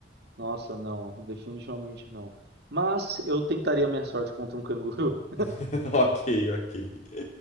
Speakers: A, on the right; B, on the left.
A: Nossa, não. Definitivamente não. Mas eu tentaria minha sorte contra um canguru.
B: <laughs> Ok, ok.